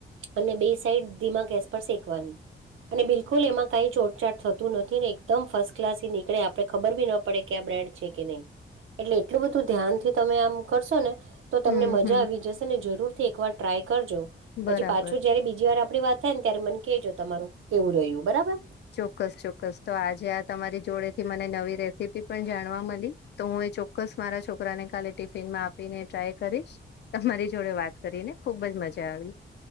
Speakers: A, on the right; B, on the left.
A: અને બે સાઈડ ધીમા ગેસ પર સેકવાની અને બિલકુલ એમાં કઈ ચોટચાટ થતું નથી ને એકદમ ફશ ક્લાસી નીકળે આપડે ખબર બી ના પડે કે આ બ્રેડ છે કે નહી એટલે એટલું બધું ધ્યાન થી તમે આમ કરશો ને તો
B: હમ
A: તમને મજા
B: હમ
A: આવી જશે ને જરૂર થી એકવાર ટ્રાય કરજો
B: બરાબર.
A: પછી પાછું જયારે બીજી વાર આપડી વાત થાય ને ત્યારે મને કહેજો તમારું કેવું રહ્યું બરાબર
B: ચોક્કસ ચોક્કસ તો આજે આ તમારી જોડે થી મને નવી રેસીપી પણ જાણવા મળી તો હું એ ચોક્કસ મારા છોકરાને કાલે ટિફિનમાં આપીને ટ્રાય કરીશ. તમારી જોડે વાત કરી ને ખુબ જ મજા આવી.